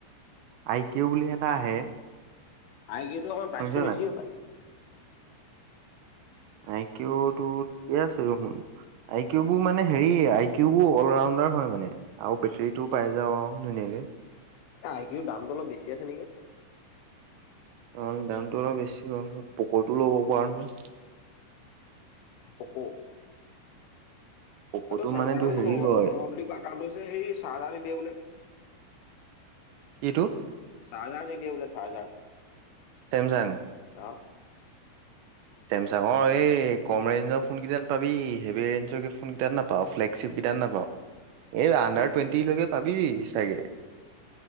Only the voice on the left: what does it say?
আই কিওতো অকমান
প্ৰাইচ বেছিও
হপাই।
আই কিউ দামটো অলপ বেছি আছে নেকি।
পক'
এইটো চেমচাঙৰো
নল
নল‌ওঁ বুলি কোৱা কাৰণটো হৈছে সেই চাৰ্জাৰ নিদিয়ে বোলে।
চাৰ্জা নিদিয়ে বোলে চাৰ্জা।
অঁ
<unintelligible>
কি ফ্লেগ